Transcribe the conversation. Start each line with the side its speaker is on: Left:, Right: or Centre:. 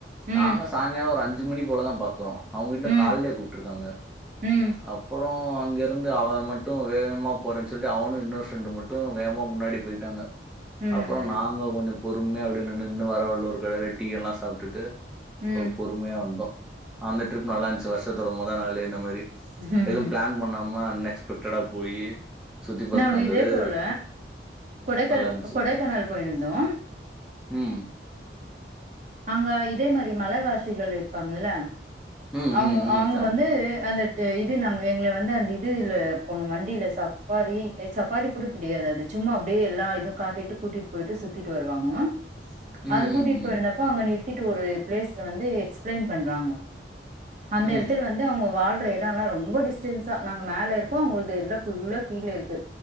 Right: ம்
Centre: நாங்க சாய்ங்காலோ ஒரு அஞ்சு மணி போல தா பாத்தோ அவுங்க வீட்ல
Right: ம்
Centre: காலே கூப்ட்ருக்காங்க
Right: ம்
Centre: அப்பறோ அங்க இருந்து அவன் மட்டு வே வேகமா போறன் சொல்ட்டு அவனு இன்னொரு ஃப்ரெண்டு மட்டு வேகமா முன்னாடி போய்ட்டாங்க
Right: ம்
Centre: அப்பறோ
Right: ம்
Centre: நாங்க கொஞ்சொ பொறுமையே அப்டி நின்னு நின்னு வரவழில ஒரு கடைல டீ எல்லா சாப்டுட்டு
Right: ம்
Centre: ஒரு பொறுமையா வந்தோ அந்த ட்ரிப் நல்லார்ன்ச்சு வருஷத்தோட மொத நாளே இந்த மாரி
Right: ம்
Centre: எதுவு பிளான் பண்ணாம அன்னெக்ஸ் பக்டடா போயி சுத்தி பார்த்துட்டு
Right: நாங்க
Centre: வந்தது
Right: இதே போல கொடைக்கல்
Centre: நல்லா இருந்துச்சு.
Right: கொடைக்கானால் போயிருந்தோ
Centre: ம்.
Right: அங்க இதே மாரி மலைவாசிகள் இருப்பாங்கல்ல
Centre: ம்,
Right: அவுங்க
Centre: ம், ம்.
Right: அவுங்க
Centre: ஆமா.
Right: வந்து அந்த இது நாங்க எங்கள வந்து அந்த இதுல போணோ வண்டில சாப் பாரி எ சப்பாரி கூட கெடையாது அது சும்மா அப்டியே எல்லா இது காட்டிட்டு கூட்டிட்டு போயிட்டு சுத்திட்டு வருவாங்கோ
Centre: ம்,
Right: அது கூட்டிட்
Centre: ம்,
Right: போயிருந்தப்போ
Centre: ம்.
Right: அங்க நிர் திட்டு ஒரு பிளேஸ்ல வந்து எக்ஸ்ப்ளைன் பண்றாங்கொ அந்த
Centre: ம்.
Right: எடத்துல வந்து அவுங்க வாழ்ற எ டலா ரொம்போ டிஸ்டன்ஸா நாங்க மேல இருக்கோ அவுங்கல்து எல்லா ஃபுல்லா கீழ இருக்கு